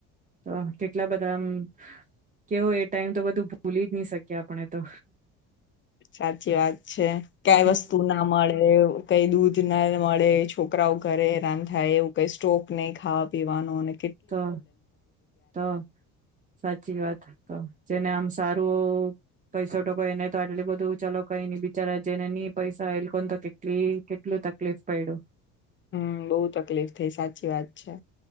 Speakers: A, on the right; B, on the left.
A: તો કેટલા બધામ કેવ એ ટાઈમ તો બધું ભૂલી જ નહી શકીએ આપણે. તો.
B: સાચી વાત છે, ક્યાંય
A: હમ
B: વસ્તુ ના મળે. કઈ દૂધ ના મળે, છોકરાઓ ઘરે હેરાન થાય, એવું કઈ સ્ટોક નહી ખાવા પીવાનો ને
A: તો, તો, સાચી વાત તો જેમને આમ સા તો પૈસા ટકા એને તો આટલુ બધું ચાલો કઈ ની બિચારા જેને ની પૈસા એ લોકોને તો કેટલી કેટલું તકલીફ પયડુ.
B: હમ બહુ તકલીફ થઈ સાચી વાત છે